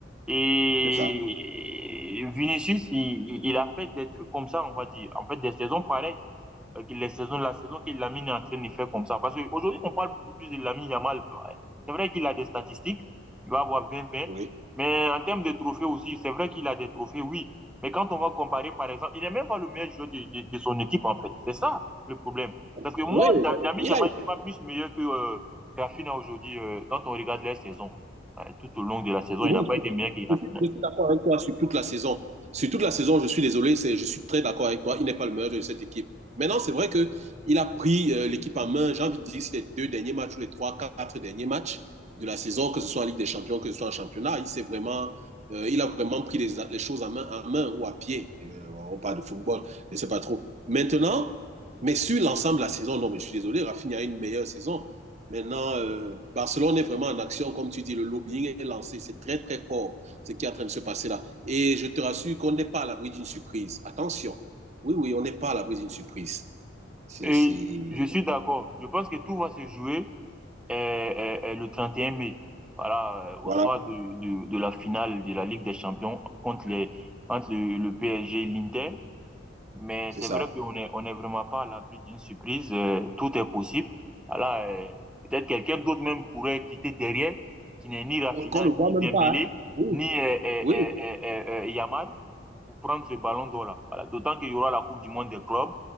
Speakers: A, in the centre; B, on the right (about 35°).
A: Et
B: c'est ça.
A: Vinicius, il, il- il a fait des trucs comme ça, on va dire. En fait, des saisons pareilles euh, que les saisons, la saison que Lamine est en train de faire comme ça. Parce qu'aujourd'hui, on parle beaucoup plus de Lamine Yamal. Ouais. C'est vrai qu'il a des statistiques, il va avoir 20-20,
B: Oui.
A: mais en termes de trophées aussi, c'est vrai qu'il a des trophées, oui. Mais quand on va comparer, par exemple, il n'est même pas le meilleur joueur de, de, de son équipe, en fait. C'est ça le problème. Parce que
B: Oui,
A: moi, Lamine
B: il
A: Yamal
B: a,
A: n'est pas plus meilleur que euh, Rafinha aujourd'hui euh, quand on regarde les saisons. Euh, tout au long de la saison,
B: Oui,
A: il n'a pas été meilleur qu'il est
B: je
A: en
B: suis,
A: finale.
B: je suis d'accord avec toi sur toute la saison. Sur toute la saison, je suis désolé, c'est, je suis très d'accord avec toi. Il n'est pas le meilleur de cette équipe. Maintenant, c'est vrai que il a pris euh, l'équipe en main. J'ai envie de dire, c'est les deux derniers matchs ou les trois, quatre derniers matchs de la saison, que ce soit en Ligue des Champions, que ce soit en championnat, il s'est vraiment, euh, il a vraiment pris les, les choses en main, en main ou à pied. Euh, on parle de football, je ne sais pas trop. Maintenant, mais sur l'ensemble de la saison, non, mais je suis désolé, Rafinha a une meilleure saison. Maintenant, euh, Barcelone est vraiment en action, comme tu dis, le lobbying est lancé, c'est très très fort ce qui est en train de se passer là. Et je te rassure qu'on n'est pas à l'abri d'une surprise. Attention, oui, oui, on n'est pas à l'abri d'une surprise. C'est,
A: Et
B: c'est,
A: je suis d'accord. Je pense que tout va se jouer euh, euh, euh, le 31 mai. Voilà, euh, au
B: voilà,
A: soir de, de, de la finale de la Ligue des Champions contre les, entre le, le PSG et l'Inter. Mais
B: c'est
A: c'est
B: ça.
A: vrai qu'on est, on est vraiment pas à l'abri d'une surprise. euh, tout est possible. Voilà, euh, peut-être quelqu'un d'autre même pourrait quitter derrière, qui n'est ni Rafinha,
B: Qu'on ne
A: ni
B: voit même
A: Dembélé,
B: pas, hein. Oui,
A: ni euh, euh,
B: oui,
A: euh, euh, euh, euh, Yamal, pour, pour prendre ce ballon d'or-là. Voilà, d'autant qu'il y aura la Coupe du Monde des clubs.